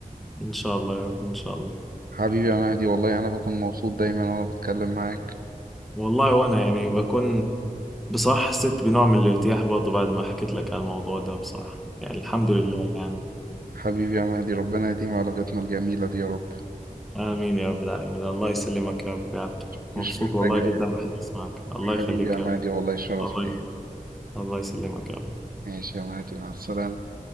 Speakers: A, in the centre; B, on the right.
A: ان شاء الله يا رب ان شاء الله
B: حبيبي يا مهدي والله أنا بكون مبسوط دايما وأنا بتكلم معاك
A: والله وانا يعني بكون بصراحة حسيت بنوع من الارتياح برضه بعد ما حكيت لك على الموضوع ده بصراحة يعني الحمد لله يعني
B: حبيبي يا مهدي ربنا يديم علاقتنا الجميلة دي يا رب
A: آمين يا رب العالمين الله يسلمك يا رب يا عبد
B: مش
A: مبسوط
B: محتاج
A: والله
B: أي حاجة
A: جدا بحديث معك الله
B: حبيبي
A: يخليك
B: يا مهدي
A: يا رب
B: والله شرف
A: الله يخليك
B: ليا
A: الله يسلمك يا رب
B: ماشي يا مهدي مع السلامة